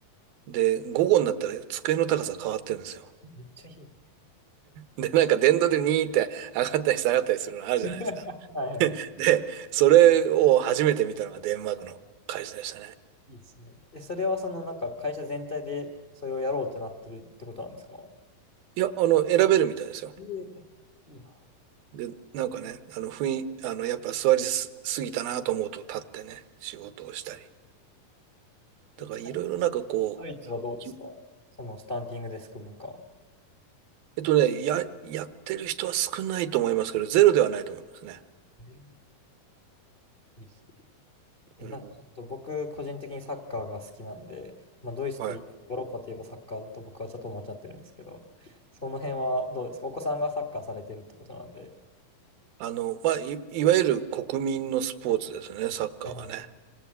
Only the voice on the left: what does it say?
めっちゃいい。
<laughs> はいはい。
いいですね。え、それはそのなんか会社全体でそれをやろうってなってるってことなんですか
ええいいね
え、ちなみに、ドイツはどうですかそのスタンディングデスク文化は。
えーいいですね。え、
なんかちょっと僕、個人的にサッカーが好きなんで、まあ、ドイツといえば、
ヨーロッパといえばサッカーだと僕はちょっと思っちゃってるんですけど、その辺はどうですかお子さんがサッカーされてるってことなんで。
はいは